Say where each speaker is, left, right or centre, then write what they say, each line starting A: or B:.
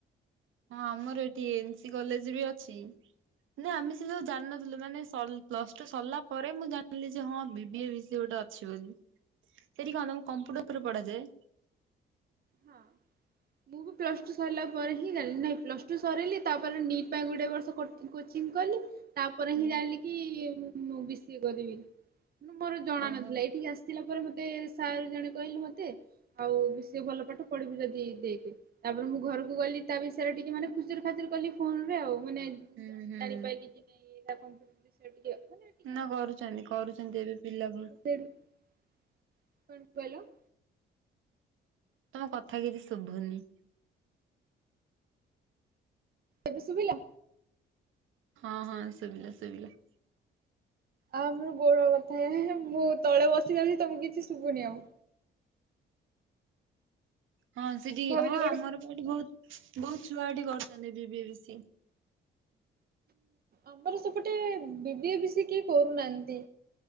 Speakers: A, on the right; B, on the right.
A: ହଁ ଆମର ଏଠି ଏନ୍ ସି କଲେଜ ବି ଅଛି ନା ଆମେ ସେ ଯୋଉ ଜାଣିନଥିଲୁ ମାନେ ସ ପ୍ଲସ ଟୁ ସରିଲା ପରେ ମୁଁ ଜାଣିଲି ଯେ ହଁ ବିି ବି ଏ, ବି ସି ଏ ଗୋଟେ ଅଛି ବୋଲି ସେଠି କଣ କମ୍ପୁଟର
B: ଆଚ୍ଛା
A: ଉପରେ ପଢ଼ାଯାଏ?
B: ହଁ। ମୁଁ ବି ପ୍ଲସ ଟୁ ସରିଲା ପରେ ହିଁ ଜାଣିଲି ନାହିଁ ପ୍ଲସ୍ ଟୁ ସରେଇଲି ତାପରେ ନିଟ୍ ପାଇଁ ଗୋଟେ ଏ ବର୍ଷ କ କୋଚିଂ କଲି ତାପରେ
A: ହୁଁ
B: ହିଁ ଜାଣିଲି କି ମୁଁ ବି ସି ଏ କରିବି। ମୋର ଜଣା
A: ଓହୋ
B: ନଥିଲା ଏଇଠିକି ଆସିଲା ପରେ ମତେ ସାର୍ ଜଣେ କହିଲେ ମତେ ଆଉ ସେ ଭଲ ପଢ଼ିବୁ ଯଦି ଦେଇକି। ତାପରେ ମୁଁ ଘରକୁ ଗଲି ତା ବିଷୟରେ ଟିକେ ମାନେ ଖୁଚୁରୁ ଖାଚୁରୁ କଲି ଫୋନ ରେ ଆଉ ମାନେ
A: ହୁଁ ହୁଁ
B: ଜାଣି ପାରିଲି କି ନାଇଁ ଏଡ଼ା କମ୍ପ୍ୟୁଟର ବିଷୟରେ ଟିକେ ମାନେ ଟିକେ
A: ନା କରୁଛନ୍ତି କରୁଛନ୍ତି ଏବେ ପିଲା ବହୁତ।
B: ସରି କଣ କହିଲ?
A: ତମ କଥା କିଛି ଶୁଭୁନି।
B: ଏବେ ଶୁଭିଲା?
A: ହଁ ହଁ ଶୁଭିଲା ଶୁଭିଲା।
B: ଆ ମୋର ଗୋଡ଼ ବଥା ହେଁ ମୁଁ ତଳେ ବସି ଯାଉଛି ତମକୁ କିଛି ଶୁଭୁନି ଆଉ।
A: ହଁ ସେଠି
B: ଭାବୁଛି
A: ହଁ
B: ଗୋଟେ
A: ଆମର ବା ଏଠି ବହୁତ ବହୁତ ଛୁଆ ଏଠି କରୁଛନ୍ତି ବି ବି ଏ, ବି ସି ଏ।
B: ଆମର ସେପଟେ ବି ବି ଏ, ବି ସି ଏ କିଏ କରୁନାହାନ୍ତି।